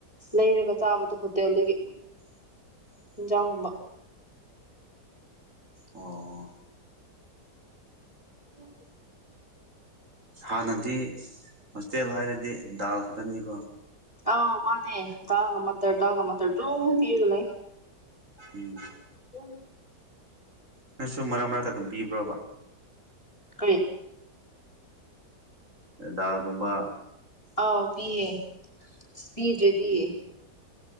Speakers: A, on the left; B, on the right.
A: ꯂꯩꯔꯒ ꯆꯥꯕꯗꯣ ꯍꯣꯇꯦꯜꯗꯒꯤ
B: ꯎꯝ
A: ꯍꯤꯟꯖꯥꯎꯒꯨꯝꯕ
B: ꯑꯣ
A: ꯎꯝ
B: ꯍꯥꯟꯅꯗꯤ ꯍꯣꯁꯇꯦꯜ ꯍꯥꯏꯔꯗꯤ ꯗꯥꯜ ꯈꯛꯇꯅꯤꯀꯣ
A: ꯑ ꯃꯥꯅꯦ ꯗꯗꯥꯒ ꯃꯇꯔ ꯗꯒ ꯃꯇꯔ ꯣꯗꯤꯒ ꯂꯩ
B: ꯎꯝ
A: ꯍ
B: ꯅꯪꯁꯨ ꯃꯔꯛ ꯃꯔꯛꯇ ꯑꯗꯨꯝ ꯄꯤꯕ꯭ꯔꯣꯕ
A: ꯀ
B: ꯗꯥꯒꯨꯝꯕ
A: ꯑꯥꯎ ꯄꯤꯌꯦ ꯑꯁ ꯄꯤꯗ꯭ꯔꯗꯤꯌꯦ
B: ꯎꯝ